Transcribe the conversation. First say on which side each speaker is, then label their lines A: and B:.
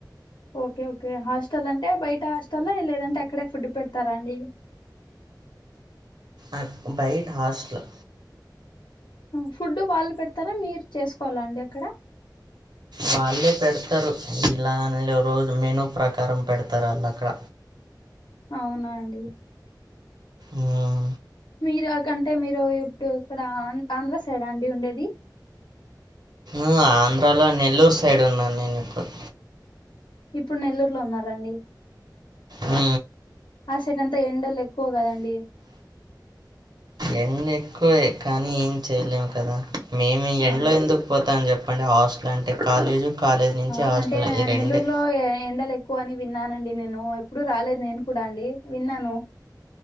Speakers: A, on the left; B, on the right.
A: ఓకే ఓకే హాస్టల్ అంటే బయట హాస్టల్ లేదంటే అక్కడే ఫుడ్ పెడతారా అండి
B: అ బయట హాస్టల్
A: ఉ ఫుడ్డు వాళ్ళు పెడతారా మీరు చేసుకోవాలా అండి అక్కడ
B: వాళ్ళే పెడతారు ఇలా న్లే రోజు మెనూ ప్రకారం పెడతార్ ఆళ్ళక్కడ
A: అవునా అండి
B: ఊహ్
A: మీరా కంటే మీరు ఇప్పుడు ఇక్కడ ఆంధ్ర సైడా అండి ఉండేది
B: ఉ ఆంధ్రాలో నెల్లూరు సైడ్ ఉన్నాన్ నేనిప్పుడు
A: ఇప్పుడ్ నెల్లూరు లో ఉన్నారండి
B: ఉ
A: ఆ సెట్ అంతా ఎండల్ ఎక్కువ గదండి
B: ఎన్న్ ఎక్కువే కానీ ఏం చేయలేము కదా మేము ఎండ్
A: ఆ
B: లో ఎందు పోతాం జెప్పండి హాస్టల్ అంటే కాలేజు కాలేజ్ నుంచి
A: అ
B: హాస్టల్
A: అంటే
B: ఈ రెండే
A: నెల్లూరులో ఏ ఎండ లెక్ క్కువ అని విన్నానండి నేను ఎప్పుడు రాలేద్ నేను కూడా అండి విన్నాను